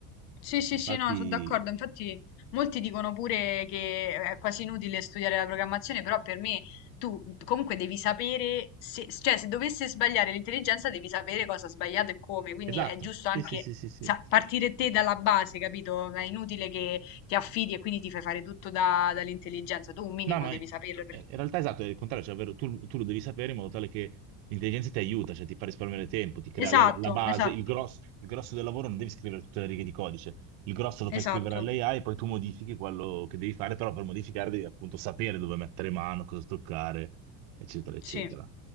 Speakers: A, on the left; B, on the right.
A: Sì, sì,
B: Infatti,
A: sì, no, sono d'accordo. Infatti, molti dicono pure che è quasi inutile studiare la programmazione, però per me tu comunque devi sapere, se, cioè se dovesse sbagliare l'intelligenza, devi sapere cosa ha sbagliato e come. Quindi
B: esatto,
A: è giusto
B: sì,
A: anche
B: sì, sì, sì, sì.
A: sa- partire te dalla base, capito? È inutile che ti affidi e quindi ti fai fare tutto da- dall'intelligenza. Tu un minimo
B: No, ma
A: devi
B: in
A: saperlo. perché-
B: in realtà esatto, è il contrario, cioè, ovvero tu, tu lo devi sapere in modo tale che l'intelligenza ti aiuta, cioè ti fa risparmiare tempo, ti crea
A: Esatto,
B: le- la base,
A: esatto,
B: il grosso, il grosso del lavoro non devi scrivere tutte le righe di codice, il grosso lo fai
A: esatto.
B: scrivere all'AI e poi tu modifichi quello che devi fare, però per modificare devi appunto sapere dove mettere mano, cosa toccare, eccetera, eccetera.
A: Sì.